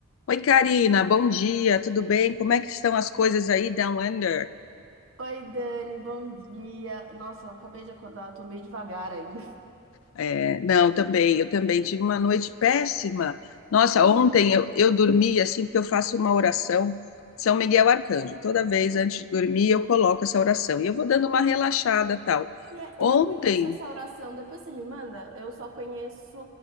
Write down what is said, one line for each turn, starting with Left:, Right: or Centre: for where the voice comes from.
Left: Oi, Karina, bom dia, tudo bem? Como é que estão as coisas aí, Down Under?
Right: Oi, Dani, bom dia. Nossa, eu acabei de acordar, eu tô meio devagar ainda.
Left: É, não, também,
Right: <laughs>
Left: eu também tive uma noite péssima. Nossa,
Right: Ai,
Left: ontem
Right: jura?
Left: eu, eu dormi assim, porque eu faço uma oração, São Miguel Arcanjo. Toda vez antes de dormir eu coloco essa oração e eu vou dando uma relaxada tal.
Right: Ai, é,
Left: Ontem,
Right: Eu não conheço essa oração, depois você me manda? Eu só conheço,